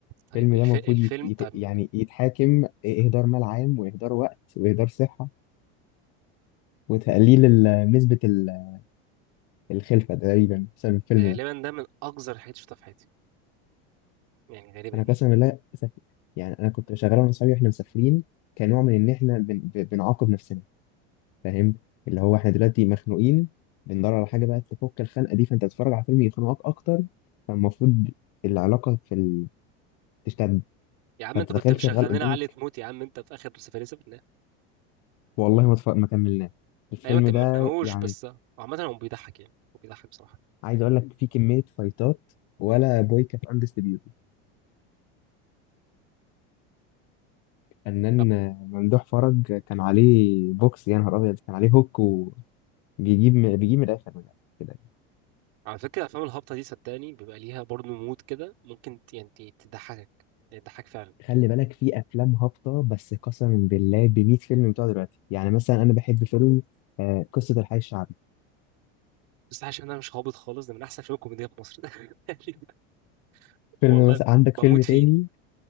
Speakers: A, on the right; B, on the left.
A: طيب
B: الفيلم
A: الف...
B: ده المفروض
A: الفيلم
B: يت... يت...
A: طب
B: يعني
A: يعني
B: يتحاكم اهدار مال عام واهدار وقت واهدار صحه وتقليل ال- نسبه ال- الخلفه تقريبا بسبب الفيلم
A: غالبا
B: ده
A: ده من أقذر الحاجات اللي شفتها في حياتي يعني غالبا
B: انا
A: يعني
B: قسما بالله سف... يعني انا كنت شغال انا وصحابي واحنا مسافرين كنوع من ان احنا بن... ب- بنعاقب نفسنا فاهم اللي هو احنا دلوقتي مخنوقين بندور على حاجه بقى تفك الخنقه دي فانت تتفرج على فيلم يخنقك اكتر فالمفروض العلاقه في ال... تشتد
A: يا عم
B: فانت
A: أنت كنت
B: تخيل
A: مشغل
B: شغال قدامك
A: لنا علي تموت يا عم أنت في آخر سفلسفة
B: والله ما, تف... ما كملناه الفيلم
A: أيام ما كملناهوش
B: ده يعني
A: بس عامة هو بيضحك يعني هو بيضحك بصراحة
B: عايز اقول لك فيه كميه فايتات ولا بوي كانت اندستريبيوتد فنان
A: طب
B: ممدوح فرج كان عليه بوكس يا نهار ابيض كان عليه هوك وبيجيب بيجيب من الاخر من الآخر كده
A: على فكرة الأفلام الهابطة دي صدقني بيبقى ليها برضه مود كده ممكن ت- يعني ت- تضحكك يعني تضحك فعلا
B: خلي بالك في افلام هابطه بس قسما بالله ب 100 فيلم بتوع دلوقتي يعني مثلا انا بحب فيلم آه، قصه الحي الشعبي
A: بس عشان أنا مش هابط خالص ده من أحسن الأفلام الكوميدية في مصر <laughs>
B: فيلم
A: والله
B: مثلا عندك
A: بموت
B: فيلم
A: فيه
B: تاني